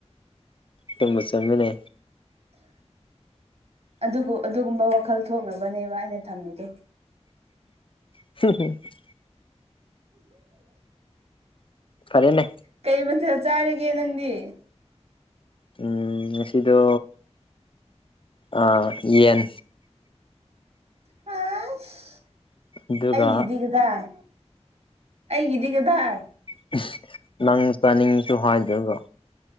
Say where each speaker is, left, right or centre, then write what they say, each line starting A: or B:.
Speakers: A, on the left; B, on the right.
A: ꯇꯨꯝꯕ ꯆꯪꯉꯅꯦ
B: ꯑꯗꯨꯕꯨ ꯑꯗꯨꯒꯨꯝꯕ ꯋꯥꯈꯜ ꯊꯣꯛꯅꯕꯅꯦꯕ ꯑꯩꯅ ꯊꯝꯃꯤꯗꯣ
A: <unintelligible> ꯐꯔꯦꯅꯦ
B: ꯀꯩ ꯃꯊꯦꯜ ꯆꯥꯔꯒꯦ ꯅꯪꯗꯤ
A: ꯎꯝ ꯉꯁꯤꯗꯣ ꯑꯥ ꯌꯦꯟ
B: ꯍꯥꯢꯁ
A: ꯑꯗꯨꯒ
B: ꯑꯩꯒꯤꯗꯤ ꯀꯗꯥꯢ ꯑꯩꯒꯤꯗꯤ ꯒꯗꯥꯥ ꯢ
A: ꯎꯡꯁ ꯅꯪ ꯆꯥꯅꯤꯡꯁꯨ ꯍꯥꯢꯗ꯭ꯔꯒ